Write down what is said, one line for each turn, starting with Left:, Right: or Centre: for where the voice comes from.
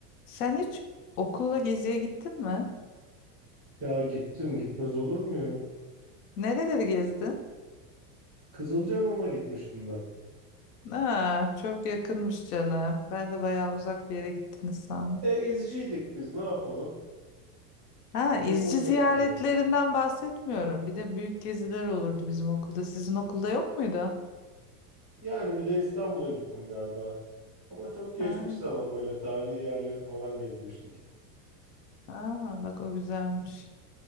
Left: Sen hiç okulla geziye gittin mi?
Right: Ya gittim gitmez olur mu ya?
Left: Nereleri gezdin?
Right: Kızılcahamam'a gitmiştim ben.
Left: Ha, çok yakınmış canım. Ben de bayağı uzak bir yere gittiniz sandım.
Right: E izciydik biz ne yapalım?
Left: Ha,
Right: Bir tek
Left: izci
Right: oraya
Left: ziyaretlerinden
Right: gidiyorduk.
Left: bahsetmiyorum. Bir de büyük geziler olurdu bizim okulda. Sizin okulda yok muydu?
Right: Yani bir de İstanbul'a gittim galiba. Ama çok geçmiş
Left: Ha,
Right: zaman böyle tarihi yerleri falan gezmiştik.
Left: ha, bak o güzelmiş.